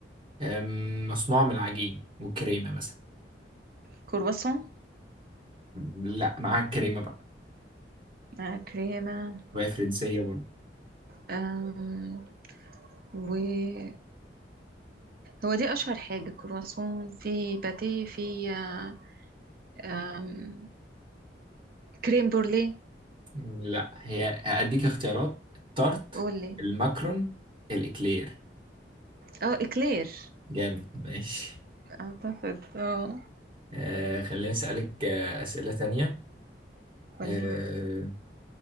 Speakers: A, on the right (about 30°); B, on the right (about 55°).
A: آم، مصنوعه من العجين والكريمه مثلا
B: كرواسون
A: لا معاها الكريمه بقى
B: مع كريمة
A: وهي فرنسيه برضه
B: آم، و هو دي أشهر حاجة كرواسون في باتيه في آه، آم، كريم بورليه
A: لا هي هاديك اختيارات التارت
B: قولي
A: الماكرون الاكلير
B: اه إكلير
A: جامد ماشي
B: أعتقد اه
A: آه، خليني اسالك آه، اسئله تانية
B: قولي
A: آه